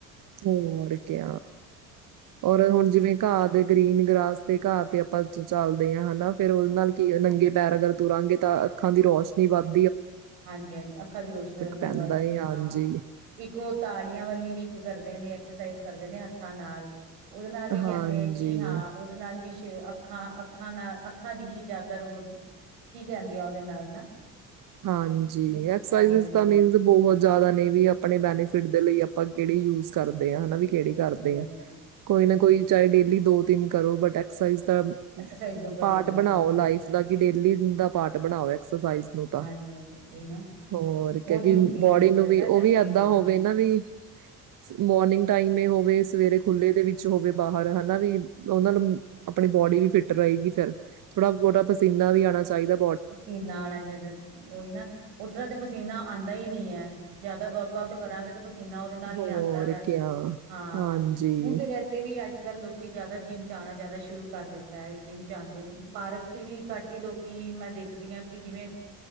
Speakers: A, on the right; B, on the right.
A: ਹੋਰ ਕੇ, ਔਰ ਹੁਣ ਜਿਵੇਂ ਘਾਹ ਦੇ ਗ੍ਰੀਨ ਗ੍ਰਾਸ ਤੇ ਘਾਹ ਤੇ ਆਪਾਂ ਚੱਲਦੇ ਹਾਂ ਹਨਾ, ਫੇਰ ਓਦੇ ਨਾਲ ਕੀ ਨੰਗੇ ਪੈਰ ਅਗਰ ਤੁਰਾਂਗੇ, ਤਾਂ ਅੱਖਾਂ ਦੀ ਰੋਸ਼ਨੀ ਵੱਧ
B: ਹਾਂਜੀ-ਹਾਂਜੀ, ਅੱਖਾਂ ਦੀ ਰੋਸ਼ਨੀ ਨਾਲ
A: ਪੈਂਦਾ
B: ਵੱਧਦੀ
A: ਏ
B: ਐ,
A: ਹਾਂਜੀ,
B: ਹਾਂ, ਇੱਕ ਓ ਤਾੜੀਆਂ ਵਾਲੀ ਵੀ ਕਰਦੇ ਨੇ ਐਕਸਸਾਈਜ਼ ਕਰਦੇ ਨੇ ਹੱਥਾਂ ਨਾਲ। ਉਦੇ ਨਾਲ ਵੀ ਕੈਂਦੇ
A: ਹਾਂਜੀ।
B: ਐ ਕਿ ਹਾਂ, ਉਦੇ ਨਾਲ ਵੀ ਤੇ ਅੱਖਾਂ-ਅੱਖਾਂ ਨਾਲ ਅੱਖਾਂ ਦੀ ਹੀ ਜਿਆਦਾਤਰ ਓ, ਠੀਕ ਰੈਂਦੀ ਆ ਓਦੇ ਨਾਲ ਨਾ
A: ਹਾਂਜੀ, ਐਕਸਸਾਈਜ਼ਸ
B: ਤਾੜੀ ਵਾਲੀ
A: ਤਾਂ ਮੀਨਜ਼
B: ਹਾਂਜੀ
A: ਬੋਹਤ ਜ਼ਾਅਦਾ ਨਈਂ ਵੀ ਆਪਣੇ ਬੈਨੀਫਿਟ ਦੇ ਲਈ ਆਪਾਂ ਕੇੜੀ ਯੂਸ ਕਰਦੇ ਆਂ, ਹਨਾ ਵੀ? ਕੇੜੀ ਕਰਦੇ
B: ਹਾਂਜੀ
A: ਆਂ, ਕੋਈ
B: ਹਾਂਜੀ
A: ਨਾ ਕੋਈ
B: ਹਾਂਜੀ
A: ਚਾਏ ਡੇਲੀ ਦੋ ਤਿੰਨ ਕਰੋ ਬਟ ਐਕਸਸਾਈਜ਼ ਦਾ,
B: ਐਕਸਰਸਾਈਜ਼ ਜ਼ਰੂਰ ਕਰਨੀ
A: ਪਾਟ
B: ਚਾਹੀਦੀ
A: ਬਣਾਓ
B: ਹਾਂ
A: ਲਾਈਫ ਦਾ ਕਿ ਡੇਲੀ ਦਾ ਪਾਟ ਬਣਾਓ ਐਕਸਸਾਈਜ਼ ਨੂੰ।
B: ਹਾਂਜੀ ਹਾਂਜੀ ਉਹੀ ਨਾ
A: ਹੋਰ
B: ਬਹੁਤ
A: ਕੈਕਿ
B: ਜ਼ਰੂਰੀ
A: ਬੋਡੀ
B: ਹੈਗੀ ਐਕਸਰਸਾਈਜ਼
A: ਨੂੰ ਵੀ
B: ਨਾ
A: ਓ
B: ਸਾਡੇ
A: ਵੀ
B: ਸਰੀਰ
A: ਐਦਾਂ
B: ਲਈ
A: ਹੋਵੇ
B: ਹਾਂ
A: ਨਾ ਵੀ, ਮੋਰਨਿੰਗ ਟਾਈਮ ਹੋਵੇ ਸਵੇਰੇ ਖੁੱਲੇ ਦੇ ਵਿੱਚ ਹੋਵੇ ਬਾਹਰ ਹਨਾ ਵੀ, ਓਨਾਂ ਨੂੰ ਆਪਣੀ ਬੋਡੀ ਵੀ ਫਿੱਟ ਰਏਗੀ ਫੇਰ, ਥੋੜਾ ਬੋੜ੍ਹਾ ਪਸੀਨਾ ਵੀ ਆਣਾ ਚਾਈਦਾ।
B: ਪਸੀਨਾ ਆਣਾ ਜਾਅਦਾ ਓਈ ਨਾ, ਉਸ ਤਰ੍ਹਾਂ ਤੇ ਪਸੀਨਾ ਆਂਦਾ ਈ ਨੀ ਐ, ਜਾਅਦਾ ਵਅਕ ਆਊਟ ਕਰਾਂਗੇ ਤੇ ਪਸੀਨ ਜੀਨਾ ਉਦੇ ਨਾਲ
A: ਹੋਰ
B: ਈ ਆਂਦਾ ਵੈ,
A: ਕਿਆ
B: ਹਾਂ
A: ਹਾਂਜੀ
B: ਹੁਣ ਤੇ ਵੈਸੇ ਵੀ ਅੱਜ ਅੱਜ ਕੱਲ੍ਹ ਲੋਕੀ ਜਾ਼ਅਦਾ ਜਿੰਮ 'ਚ ਆਣਾ ਜਾਅਦਾ ਸ਼ੁਰੂ ਕਰ ਦਿੱਤਾ ਐ, ਜਿੰਮ 'ਚ ਆਂਦੇ ਨੇ, ਪਾਰਕ 'ਚ ਵੀ ਘੱਟ ਈ ਲੋਕੀ ਮੈਂ ਦੇਖਦੀ ਆਂ ਕਿ ਜਿਵੇਂ,